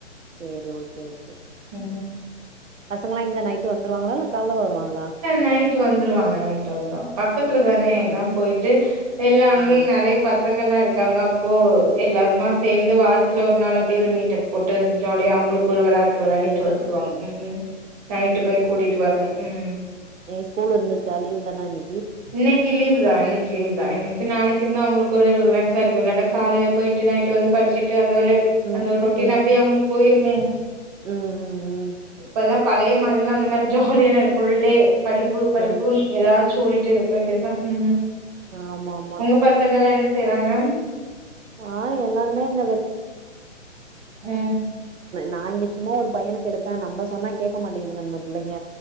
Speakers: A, on the right; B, on the right.
A: சேரி ஓகே ஓகே
B: ம்
A: பசங்களா எங்க நைட்டு வந்துருவாங்கலா இல்ல கால்ல தா வருவாங்களா
B: நைட் வந்துருவாங்க நைட்டு வந்துருவாங்க பக்கத்துல தான இருக்கு என்ன எல்லாம்
A: ஆ
B: போயிட்டு எல்லாம் அங்கேயும்
A: ஆ
B: நிறைய பசங் பசங்கள்லாம் இருக்காங்க அப்போ எல்லாருமா
A: ஆ
B: சேர்ந்து வாழ் வாரதுல ஒரு நாள் அப்படியே ஒரு மீட்டப் போட்டு ஜாலியா அவங்களுக்கு ஒரு விளையாட் விளையாடு விளையாடிட்டு
A: சேரி
B: வந்துடுவாங்க ம் நைட்டு போய் கூட்டிட்டு வரணு ம்
A: இன்னக்கி ஸ்கூல் இருந்துச்சா லீவ் தானா இன்னக்கி
B: இன்னக்கி லீவ் அன்னைக்கு லீ்வ் தா இன்னைக்கு நாளைக்கு தா அவங்களுக்கு ஒரு ரிலாக்ஸ்சா இருக்கும் இல்லன காலையில போயிட்டு நைட்டு வந்து படிச்சுட்டு அந்த ஒரு
A: ம்
B: அந்த ஒரு ரொட்டின்
A: ம்
B: அப்படியே அவங்களுக்கு போயிருமே
A: ம் ம் ம்
B: இப்ப எல்லாம் பழைய மாரி எல்லாம் அந்த மாரி ஜாலியல்லாம் இரு புல் டே படிப்பு படிப்பு
A: ம்
B: ஏதா <unintelligible> இருக்க வேண்டியதான் உம் உம்
A: ஆமா ஆமா
B: உங்க பசங்கல்லாம் என்ன செய்றாங்க
A: ஆஹ் எல்லாருமே அங்க
B: ம்
A: நான் இங்க சும்மா ஒரு பையனுக்கு எடுத்தேன் நம்ப சொன்னா கேட்க மாட்டேங்குங்க அந்த பிள்ளைங்க